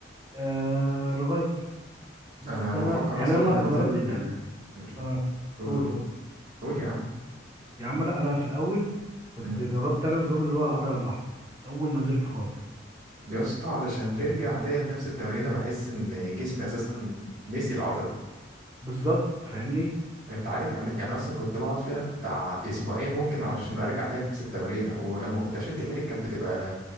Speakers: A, on the right (about 15°); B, on the right (about 45°).
A: آه نغير بس
B: انا
A: انا
B: بفكر
A: يعني
B: اصلا
A: انا ما ما
B: انزل
A: جربت يعني
B: آه، ماشي
A: اه
B: قول
A: قول
B: قول
A: قول
B: قول يا عم
A: يا عم انا انا في الاول كنت
B: امم
A: جربت انا نظام اللي هو العضله الواحده اول ما نزلت خالص
B: يا اسطى علشان ترجع تاني لنفس التمرين بحس ان جسمي اساسا نسي العضله
A: بالظبط فاهمني
B: انت عارف يعني يعني اصلا كنت بقعد فيها بتاع اسبوعين ممكن علشان ارجع تاني نفس التمرينه ولما كنت اشد حيلي كانت بتبقى